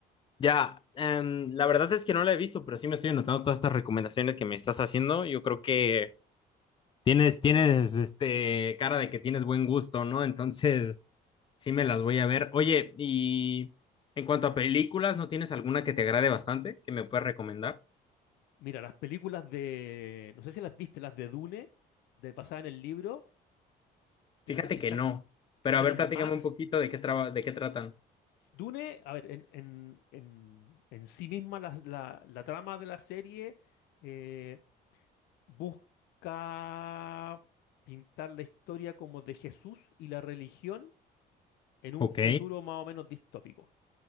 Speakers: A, on the left (about 30°); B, on the left (about 80°).
A: Ya, em, la verdad es que no la he visto, pero sí me estoy anotando todas estas recomendaciones que me estás haciendo. Yo creo que tienes, tienes, este, cara de que tienes buen gusto, ¿no? Entonces, sí me las voy a ver. Oye, y en cuanto a películas, ¿no tienes alguna que te agrade bastante que me puedas recomendar?
B: Mira, las películas de, no sé si las viste, las de Dune, de basada en el libro, que,
A: Fíjate
B: la- que
A: que
B: están,
A: no, pero
B: que están
A: a ver,
B: en
A: platícame
B: Max.
A: un poquito de qué traba- de qué tratan.
B: Dune, a ver, en, en- en- en sí misma las- la, la trama de la serie eh, busca pintar la historia como de Jesús y la religión en un
A: Ok,
B: futuro más o menos distópico,